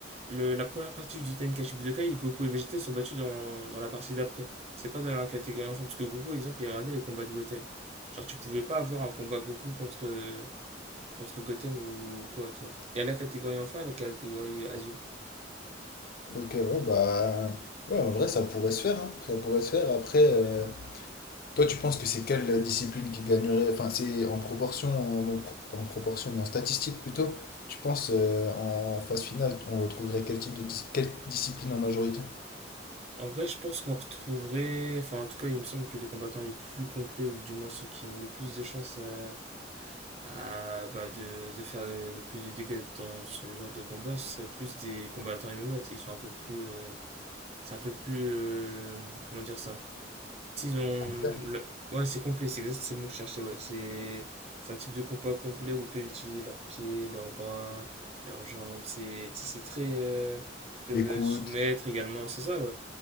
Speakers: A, on the right (about 35°); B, on the left (about 50°).
A: Le- la première partie du Tenkaichi Budokai, Goku et Vegeta ils sont battus dans, dans la partie d'après. C'est pas dans la catégorie enfant, parce que Goku, par exemple, il regardait les combats de Goten. Genre, tu pouvais pas avoir un combat Goku contre, contre Goten ou quoi, tu vois. Il y a la catégorie enfant et la catégorie adulte.
B: Ok, ouais, bah. Ouais, en vrai, ça pourrait se faire, hein. Ça pourrait se faire. Après, euh, toi, tu penses que c'est quelle discipline qui gagnerait? Enfin, c'est en proportion, en, en pro- pas en proportion, mais en statistique plutôt. Tu penses euh, en phase finale, on retrouverait quel type de dis- quelle discipline en majorité?
A: En vrai, je pense qu'on retrouverait. Enfin, en tout cas, il me semble que les combattants les plus complets, ou du moins ceux qui ont le plus de chances à, à, bah, de, de faire le plus de dégâts dans ce genre de combat, ce serait plus des combattants MMA. tu sais, Ils sont un peu plus. euh, C'est un peu plus. euh, comment dire ça? Tu sais, ils ont.
B: Complet.
A: le- Ouais, c'est complet, c'est exact, c'est le mot que je cherchais, ouais. C'est c'est un type de combat complet où ils peuvent utiliser leurs pieds, leurs bras, leurs jambes. C'est tu sais, c'est très. euh, Ils peuvent
B: Écoute.
A: euh, soumettre également, c'est ça, ouais.